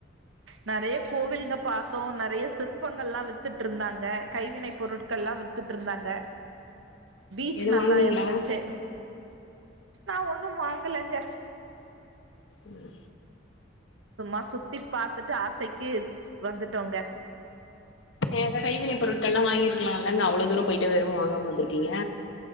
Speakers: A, on the right; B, on the left.
A: நெறைய கோவில்க பாத்தோம் நெறைய சிற்பங்கள் எல்லா வித்துட்டு இருந்தாங்க கைவினை பொருட்கள் எல்லா வித்துட்டு இருந்தாங்க பீச்
B: எது
A: நல்லா
B: வாங்குனீங்களா
A: இருந்துச்சு நா ஒன்னும் வாங்கலங்க
B: ம்
A: சும்மா சுத்தி பாத்து ட்டு ஆசைக்கு வந்துட்டோங்க
B: ஏதாது கைவினை பொருட்கள் எல்லா வாங்கிருக்கலா இல்லங்க அவ்ளோ தூரம் போயிட்டு எதுவு வாங்காம வந்திருக்கீங்க